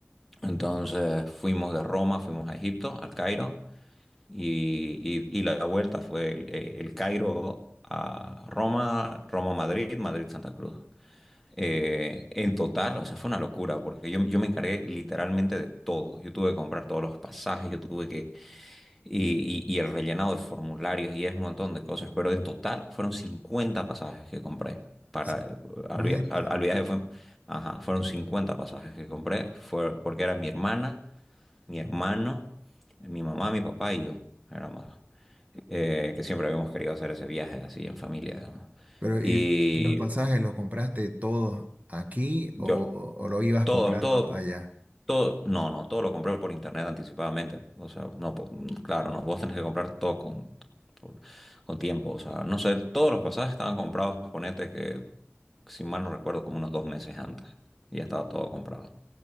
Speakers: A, in the centre; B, on the right.
A: entonces fuimos de Roma, fuimos a Egipto, al Cairo. Y, y- y la vuelta fue el, eh, el Cairo a Roma, Roma-Madrid, Madrid-Santa Cruz. Eh, en total, o sea, fue una locura porque yo, yo me encargué literalmente de todo. Yo tuve que comprar todos los pasajes, yo tuve que... Y, y- y el rellenado de formularios y es un montón de cosas, pero en total fueron 50 pasajes que compré para...
B: 50.
A: Al, via- al- al viaje fue... Ajá, fueron 50 pasajes que compré, fue porque era mi hermana, mi hermano, mi mamá, mi papá y yo, éramos eh, que siempre habíamos querido hacer ese viaje así en familia, digamos.
B: Pero
A: Y
B: ¿y los pasajes los compraste todos aquí
A: yo,
B: o, o lo ibas
A: todo,
B: comprando
A: todo.
B: allá?
A: Todo, no, no, todo lo compré por internet anticipadamente. O sea, no, po- claro, no, vos tenés que comprar todo con, por- con tiempo. O sea, no sé, todos los pasajes estaban comprados, ponete que, si mal no recuerdo, como unos dos meses antes. y Ya estaba todo comprado.